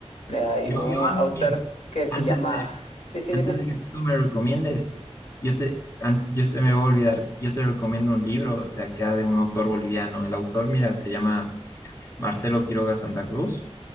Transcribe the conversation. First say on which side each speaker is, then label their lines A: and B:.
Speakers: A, on the left; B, on the left.
A: eh, hay
B: Yo,
A: un
B: yo
A: autor
B: an- miren,
A: que se
B: antes
A: llama...
B: de,
A: Sí, sí,
B: Antes
A: dime.
B: de que tú me recomiendes, yo te, an- yo se me va a olvidar, yo te recomiendo un libro de acá de un autor boliviano. El autor, mira, se llama Marcelo Quiroga Santa Cruz.